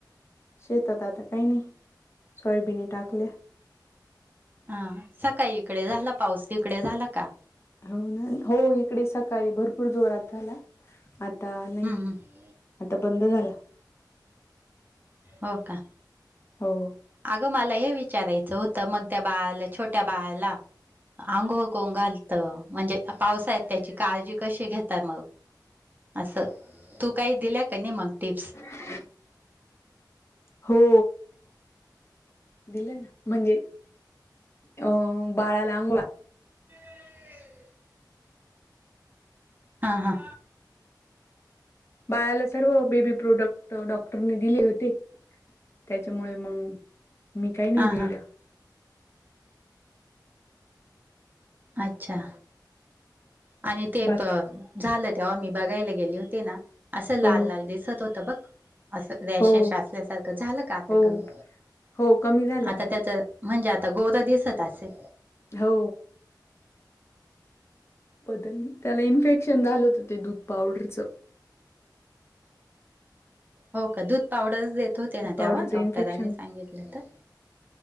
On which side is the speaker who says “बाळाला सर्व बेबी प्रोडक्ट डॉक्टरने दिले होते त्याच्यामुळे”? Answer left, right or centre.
Left